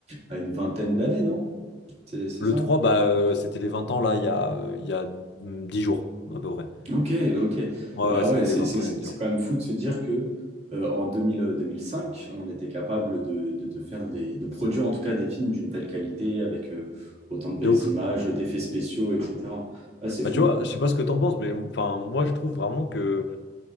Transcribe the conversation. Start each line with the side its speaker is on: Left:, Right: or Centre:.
Right: a une vingtaine d'années, non? C'est c'est
Left: Le
Right: ça?
Left: 3, bah, euh, c'était les 20 ans, là, il y a, euh, il y a 10 jours, à peu près.
Right: Ok, ok.
Left: Ouais,
Right: Bah
Left: ouais, c'était
Right: ouais, c'est
Left: les 20
Right: c'est-
Left: ans,
Right: c'est-
Left: il y a dix
Right: c'est
Left: jours.
Right: quand même fou de se dire que euh, en 2000, euh, 2005, on était capable de, de, de faire des, de produire en tout cas des films d'une telle qualité avec euh, autant de belles
Left: De ouf.
Right: images, d'effets spéciaux, etc. Ah, c'est fou.
Left: Bah, tu vois, je sais pas ce que t'en penses, mais enfin, moi, je trouve vraiment que.